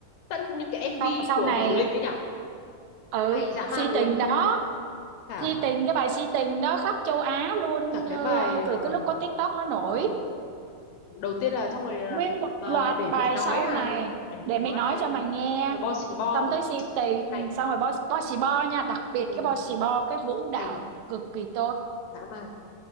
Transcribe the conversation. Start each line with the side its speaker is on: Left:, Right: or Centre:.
Left: tận những cái MV
Right: xong rồi sau
Left: của
Right: này
Left: Hoàng Thùy Linh ấy nhở
Right: ừ
Left: hay dã man
Right: si
Left: luôn
Right: tình đó
Left: cả
Right: si tình cái bài si tình đó khắp châu Á luôn
Left: cả cái
Right: ờ,
Left: bài ờ,
Right: từ cái lúc có TikTok nó nổi
Left: Ờ, đầu tiên là xong rồi ờ,
Right: nguyên một
Left: ờ,
Right: loạt
Left: để
Right: bài
Left: mị nói
Right: sau
Left: là
Right: này
Left: để mị
Right: để mẹ
Left: nói
Right: nói
Left: là
Right: cho mày nghe
Left: xong rồi bo xì bo
Right: xong
Left: Ui,
Right: tới si tình
Left: hay
Right: xong rồi bo bo xì bo nha đặc biệt
Left: ừ,
Right: cái bo xì bo cái vũ đạo
Left: hay
Right: cực kỳ tốt
Left: dã man